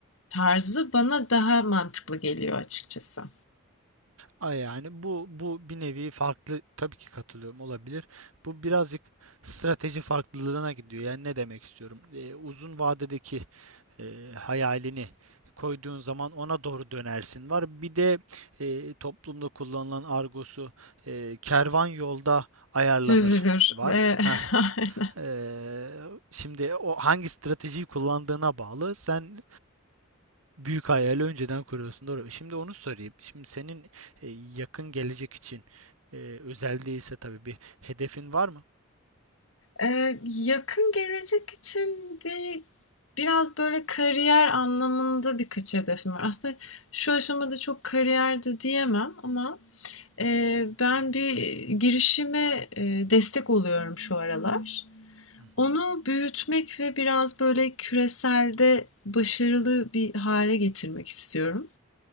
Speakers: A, on the left; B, on the right.
A: tarzı bana daha mantıklı geliyor açıkçası.
B: A yani bu bu bir nevi farklı tabii ki katılıyorum olabilir. Bu birazcık strateji farklılığına gidiyor. Yani ne demek istiyorum? Ee, uzun vadedeki e, hayalini koyduğun zaman ona doğru dönersin var. Bir de e, toplumda kullanılan argosu e, kervan yolda ayarlanır
A: Düzülür.
B: var.
A: Eee,
B: Heh.
A: <laughs> aynen.
B: Ee, şimdi o hangi stratejiyi kullandığına bağlı. Sen Büyük hayali önceden kuruyorsun. Doğru. Şimdi onu sorayım. Şimdi senin e, yakın gelecek için e, özel değilse tabii bir hedefin var mı?
A: Eee, yakın gelecek için bir biraz böyle kariyer anlamında birkaç hedefim var. Aslında şu aşamada çok kariyer de diyemem ama eee, ben bir girişime eee, destek oluyorum şu aralar.
B: Hı hı.
A: Onu büyütmek ve biraz böyle küreselde başarılı bir hale getirmek istiyorum.